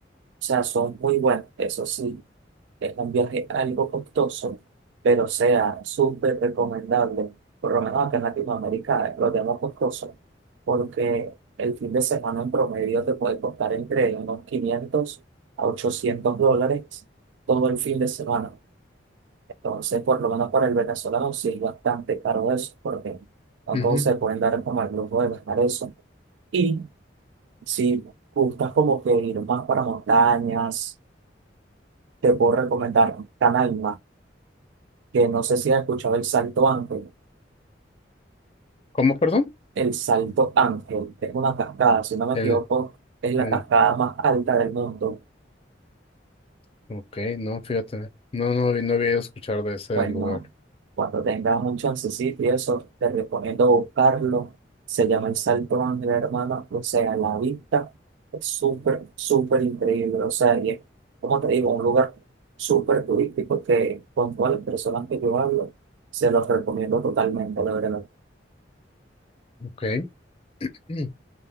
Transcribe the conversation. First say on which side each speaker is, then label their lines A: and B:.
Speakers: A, on the right (about 85°); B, on the left (about 30°).
A: sea, son muy buenas, eso sí. Es un viaje algo costoso, pero sea súper recomendable, por lo menos acá en Latinoamérica lo tenemos costoso, porque el fin de semana en promedio te puede costar entre unos 500 a 800 dólares todo el fin de semana. Entonces, por lo menos para el venezolano sí es bastante caro eso, porque no
B: Ujú.
A: todos se pueden dar como el lujo de gastar eso. Y si gustas como que ir más para montañas, te puedo recomendar Canal que no sé si has escuchado el Salto Ángel.
B: ¿Cómo, perdón?
A: El Salto Ángel es una cascada, si no me
B: El,
A: equivoco, es la
B: el-
A: cascada más alta del mundo.
B: Ok, no, fíjate. No, no, no había escuchado de ese
A: Bueno,
B: lugar.
A: cuando tengas un chancecito y eso, te recomiendo buscarlo. Se llama el Salto Ángel, hermano. O sea, la vista es súper, súper increíble. O sea, y es, como te digo, un lugar súper turístico que con todas las personas que yo hablo, se los recomiendo totalmente, la verdad.
B: Ok. <clears throat> Mm.